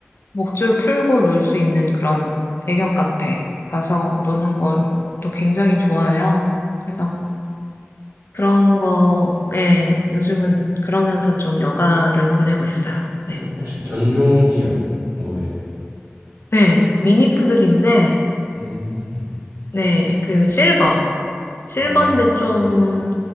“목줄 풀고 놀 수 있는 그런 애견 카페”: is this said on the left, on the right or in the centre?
Left